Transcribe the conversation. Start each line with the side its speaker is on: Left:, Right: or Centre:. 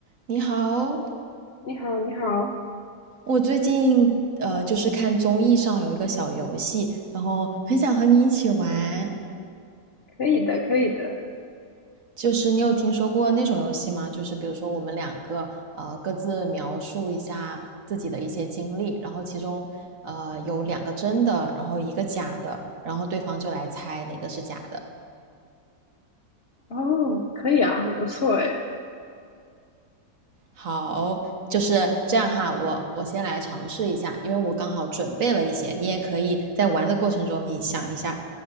Right: 你好，
Left: 你好，你好，
Right: 我最近呃就是看综艺上有一个小游戏，然后很想和你一起玩。
Left: 可以的，可以的，
Right: 就是你有听说过那种游戏吗？就是比如说我们两个呃各自描述一下自己的一些经历，然后其中呃有两个真的，然后一个假的，然后对方就来猜哪个是假的。
Left: 哦，可以啊，很不错哎
Right: 好，就是这样哈。我我先来尝试一下，因为我刚好准备了一些，你也可以在玩的过程中你想一下。